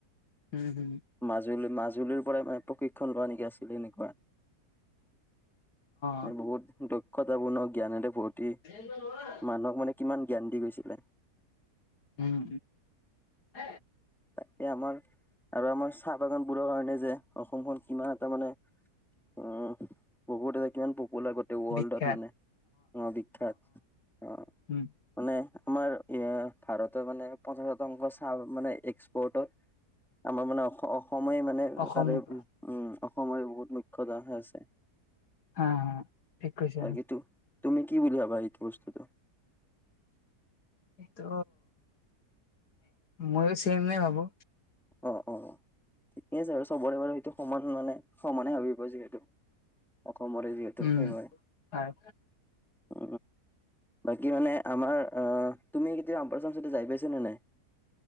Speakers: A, on the left; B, in the centre.
A: উম উম
B: মাজুলী মাজুলীৰ পৰাই মানে প্ৰশিক্ষণ লোৱা নেকি আছিল এনেকুৱা
A: অ
B: এ বহুত দক্ষতাপূৰ্ণ জ্ঞান এটা বহুত
A: উম
B: মানুহক মানে কিমান জ্ঞান দি গৈছিলে
A: উম হ
B: এয়া আমাৰ আৰু আমাৰ চাহ বাগান বোৰৰ কাৰণে যে অসমখন কিমান এটা মানে উম বহুত আছে কিমান পপুলাৰ গোটেই ৱৰ্ল্ডত
A: বিখ্যাত
B: মানে অ বিখ্যাত অ
A: উম
B: মানে আমাৰ এ ভাৰতে মানে পঞ্চাশ শতাংশ চাহ মানে এক্স ওৰত আমাৰ মানে অসমে মানে
A: অসমৰ
B: তাৰে
A: পৰা
B: উম অসমৰে বহুত মুখ্যত আছে
A: হা হা ঠিক কৈছা
B: তাকে টো তুমি কি বুলি ভাবা ইটো বস্তু
A: তো মইও চেমেই ভাবো
B: অ অ অ ঠিকেই আছে আৰু চবৰে বাৰু সেইটো সমান মানে সমানে ভাবিব যিহেতু সমৰে যিহেতু
A: উম
B: সেই হয়
A: হয়
B: উ বাকী মানে আমাৰ আহ তুমি কেতিয়াবা আম্পচামচ যাই পাইছ নে নাই